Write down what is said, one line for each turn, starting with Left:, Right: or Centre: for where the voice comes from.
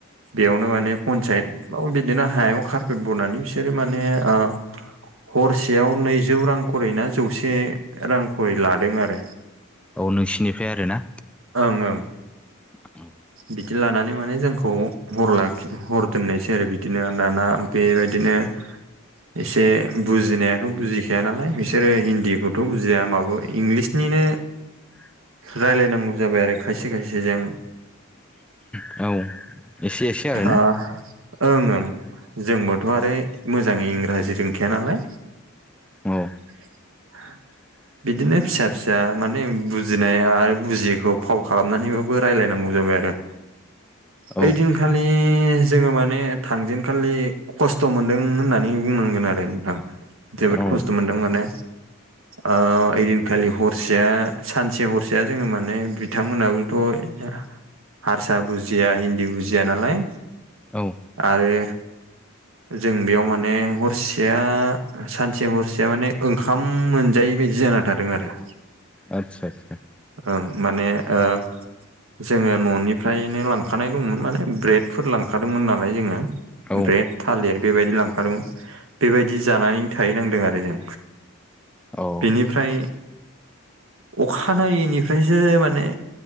Right: बेयावनो माने पन्सायत बिदिनो हायाव कारपेट बनानै बिसोरो माने ओ हरसेयाव नैजौ रां खरै ना जौसे रां खरै लादों आरो।
Centre: औ नोंसिनिफ्राय आरो ना।
Right: ओं ओं
Centre: औ
Right: बिदि लानानै माने जोंखौ हर लाखि हर दोननायसै आरो बिदिनो दाना बेबायदिनो एसे बुजिनायाथ' बुजिखाया नालाय बिसोरो हिन्दीखौथ' बुजिया माबो इंलिसनिनो
Centre: <inaudible>
Right: रायलायनांगौ जाबाय आरो खायसे खायसे जों
Centre: औ एसे एसे आरोना
Right: ओ ओं ओं जोंबोथ' आरो मोजाङै इंराजि रोंखाया नालाय।
Centre: औ
Right: <inaudible>
Centre: <inaudible>
Right: बिदिनो फिसा फिसा माने बुजिनाय आरो बुजियैखौ फाव खालामनानैबाबो रायजलायनांगौ जाबाय आरो।
Centre: औ
Right: ओइदिनखालि जोङो माने थांजेनखालि खसथ' मोनदों होननानै बुंनांगोन आरो नोंथां जोबोद
Centre: औ
Right: खसथ' मोनदों माने ओ ओइदिनखालि हरसेया सानसे हरसेया जोङो माने बिथांमोनहाबोथ' हारसा बुजिया हिन्दी बुजिया नालाय
Centre: औ
Right: आरो
Centre: <inaudible>
Right: जों बेयाव माने हरसेया सानसे हरसेया माने ओंखाम मोनजायि बायदि जानो जादों आरो
Centre: आदसा आदसा
Right: ओं माने ओ जोङो न'निफ्रायनो लांखानाय दंमोन माने ब्रेडफोर लांखादोंमोन नालाय जोङो
Centre: औ
Right: ब्रेड थालिर बेबायदि लांखादोंमोन बेबायदि जानानै थाहै नांदों आरो जों
Centre: औ
Right: बेनिफ्राय अखानायैनिफ्रायसो माने